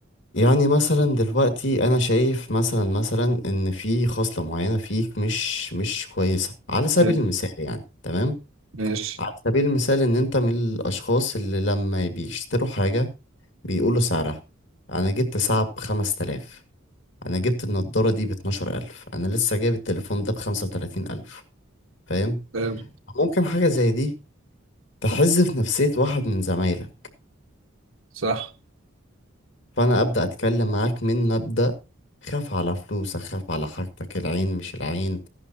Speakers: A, on the left; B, on the right.
A: يعني مثلا دلوقتي انا شايف مثلا مثلا ان في خصلة معينة فيك مش مش كويسة على سبيل
B: حلو.
A: المثال يعني تمام
B: ماشي
A: على سبيل المثال ان انت من الاشخاص اللي لما بيشتروا حاجة بيقولوا سعرها انا جبت ساعة بخمس تلاف انا جبت النضارة دي باتناشر الف انا لسه جايب التليفون ده بخمسة وتلاتين الف فاهم
B: حلو.
A: ممكن حاجة زي دي تحز في نفسية واحد من زمايلك
B: صح
A: فانا ابدا اتكلم معاك من مبدا خاف على فلوسك خاف على حاجتك العين مش العين